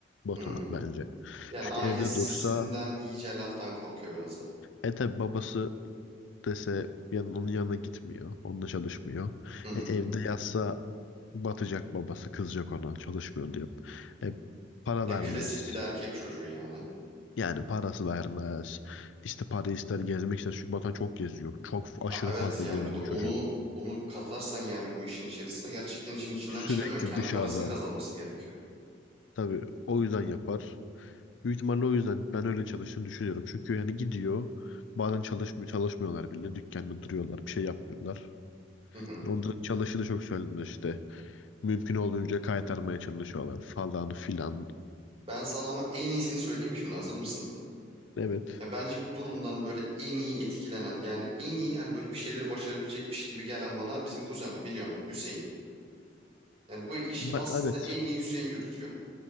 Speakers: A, on the left (about 80°); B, on the right (about 30°).
A: Batuhan
B: Hmm.
A: bence.
B: Yani
A: Çünkü
B: ailesinden
A: evde dursa,
B: yiyeceği laftan korkuyor biraz da.
A: e tabi babası dese yan, onun yanına gitmiyor. Onunla çalışmıyor.
B: Hı hı.
A: E, evde yatsa batacak babası kızacak ona çalışmıyor diye. E, para
B: Ya
A: vermez.
B: klasik bir de erkek çocuğu yani.
A: Yani parası vermez. İşte para ister gezmek ister. Çünkü Batuhan çok geziyor. Çok f-
B: A-
A: aşırı
B: Evet
A: fazla
B: yani
A: gezen
B: bir de onu
A: bir çocuk.
B: onu katarsan yani bu işin içerisine gerçekten işin içinden
A: Sürekli
B: çıkamıyor. Kendi
A: dışarıda.
B: parasını kazanması gerekiyor.
A: Tabii o yüzden yapar. Büyük ihtimalle o yüzden ben öyle çalıştığını düşünüyorum. Çünkü yani gidiyor. Bazen çalışmıyor, çalışmıyorlar bile. Dükkanda duruyorlar. Bir şey yapmıyorlar.
B: Hı hı.
A: Onların çalışı da çok söylenir işte. Mümkün olduğunca kaytarmaya çalışıyorlar falan filan.
B: Ben sana ama en iyisini söyleyeyim mi şimdi hazır mısın?
A: Evet.
B: Ya bence bu durumdan böyle en iyi etkilenen yani en iyi hani böyle bir şeyleri başarabilecekmiş gibi gelen bana bizim kuzen biliyorsun Hüseyin. Yani bu işi
A: Ba-
B: aslında
A: evet.
B: en iyi Hüseyin yürütüyor.